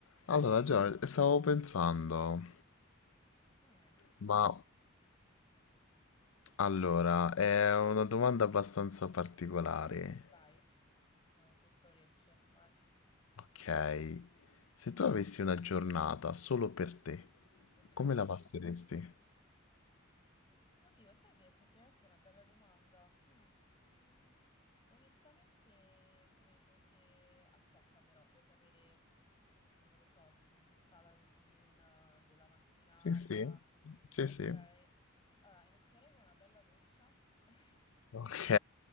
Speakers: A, on the left (about 85°); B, on the left (about 25°).
A: Allora, Giorgio, stavo pensando,
B: Mm,
A: ma allora, è una domanda abbastanza particolare.
B: vai, sono tutto orecchie, vai.
A: Ok, se tu avessi una giornata solo per te,
B: Ok.
A: come la passeresti?
B: Oddio, sai che effettivamente è una bella domanda. Mm, mm, onestamente credo che... Aspetta però, puoi sapere, non lo so, tipo tutta la routine eh, della mattinata.
A: Sì, sì, sì,
B: Ok,
A: sì.
B: allora inizierei con una bella doccia. <laughs>
A: Ok.